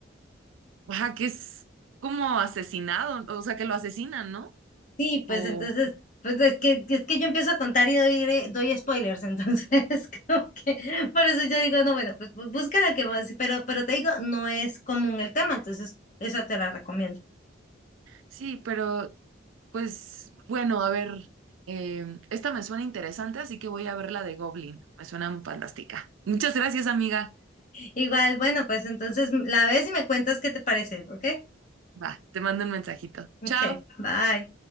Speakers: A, on the right; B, on the left.
A: ajá, que es como asesinado, o sea, que lo asesinan, ¿no?
B: Sí,
A: O
B: pues entonces, pues es que, es que yo empiezo a contar y doy, eh, doy spoilers, entonces <laughs> como que por eso yo digo, no, bueno, pues bu- busca la que más, pero, pero te digo, no es común el tema, entonces esa te la recomiendo.
A: sí, pero pues bueno, a ver, em, esta me suena interesante, así que voy a ver la de Goblin, me suena fantástica. Muchas gracias, amiga.
B: Igual, bueno, pues entonces la ves y me cuentas qué te parece, ¿ok?
A: Va, te mando un mensajito.
B: Ok,
A: Chao.
B: bye.